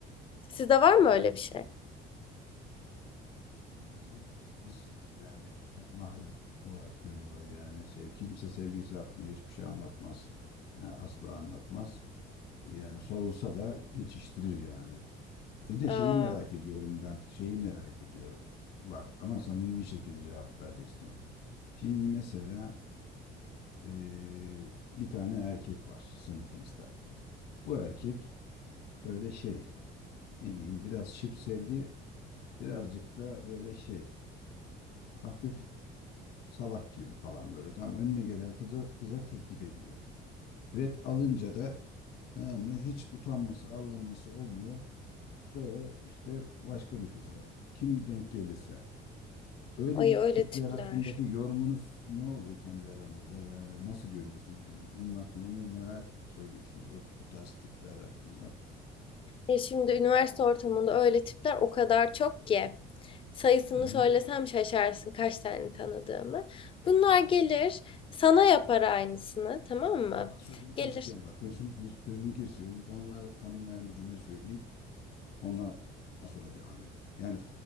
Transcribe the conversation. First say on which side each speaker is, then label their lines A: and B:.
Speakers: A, on the left (about 30°); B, on the left (about 60°).
A: Sizde var mı öyle bir şey?
B: bizde yok ya biz yani e, mahrem olarak görüyorlar yani sev, kimse sevgilisi hakkında hiçbir şey anlatmaz. Yani asla anlatmaz. Yani sorulsa da geçiştirir yani. Bir de
A: Aa,
B: şeyi merak ediyorum ben. Şeyi merak ediyorum. Bak ama samimi bir şekilde cevap vereceksin. Şimdi mesela eee, bir tane erkek var sınıfınızda. Bu erkek böyle şey ne diyeyim biraz şıp sevdi. Birazcık da böyle şey hafif salak gibi falan böyle. Tamam önüne gelen kıza, kıza teklif ediyor. Red alınca da tamam mı hiç utanması arlanması olmuyor. Sonra işte başka bir kıza kim denk gelirse. Öyle
A: ay
B: bir
A: öyle
B: tipler
A: tipler.
B: hakkındaki yorumunuz ne oluyor kendi aranızda? Yani nasıl görüyorsunuz? Onun hakkında ne, neler söylüyorsunuz o, o tarz tipler hakkında?
A: Ya şimdi üniversite ortamında öyle tipler o kadar çok ki. sayısını
B: Hı hı.
A: söylesem şaşarsın kaç tane tanıdığımı. Bunlar gelir sana yapar aynısını tamam mı?
B: Bak sözünü keseceğim
A: Gelir
B: bak. Sözünü, sözünü kesiyorum. Onları tanımlayan bir cümle söyleyeyim. Ondan sonra devam et. Yani